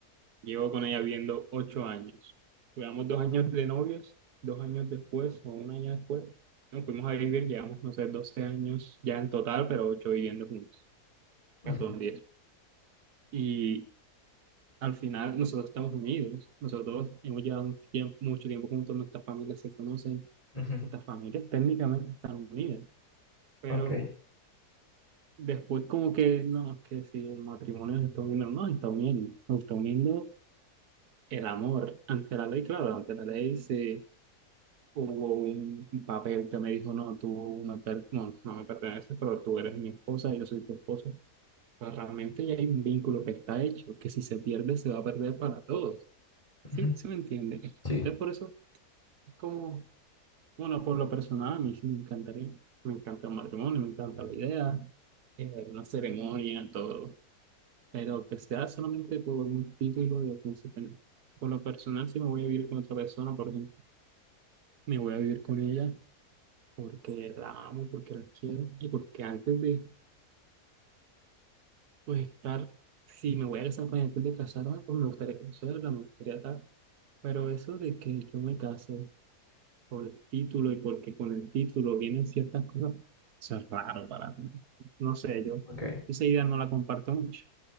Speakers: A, on the right (about 75°); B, on the left (about 20°).
A: Llevo con ella viendo ocho años. Duramos dos años de novios, dos años después o un año después. Nos fuimos a vivir, llevamos, no sé, 12 años ya en total, pero ocho viviendo juntos.
B: Ujú,
A: Perdón, diez Y al final nosotros estamos unidos. Nosotros hemos llevado un tiempo, mucho tiempo juntos, nuestras familias se conocen,
B: ujú,
A: nuestras familias técnicamente están unidas, pero
B: Ok.
A: después como que, no, es que si el matrimonio se está uniendo, no, se está uniendo, se está uniendo el amor ante la ley, claro, ante la ley se hubo un un papel que me dijo, no, tú me per- no, no me perteneces, pero tú eres mi esposa, yo soy tu esposo. Pero realmente ya hay un vínculo que está hecho, que si se pierde se va a perder para todos.
B: ujú,
A: ¿Sí, sí me entiende? Entonces
B: Sí.
A: por eso es como, bueno, por lo personal a mí sí me encantaría, me encanta el matrimonio, me encanta la idea, eh, una ceremonia, todo. Pero que sea solamente por un título de príncipe, no. Por lo personal, si me voy a vivir con otra persona, por ejemplo, me voy a vivir con ella porque la amo, porque la quiero y porque antes de pues, estar, si me voy a casar con ella antes de casarme, pues me gustaría conocerla, me gustaría tal. Pero eso de que yo me case por el título y porque con el título vienen ciertas cosas, eso es raro para mí. No sé, yo
B: Ok.
A: esa idea no la comparto mucho.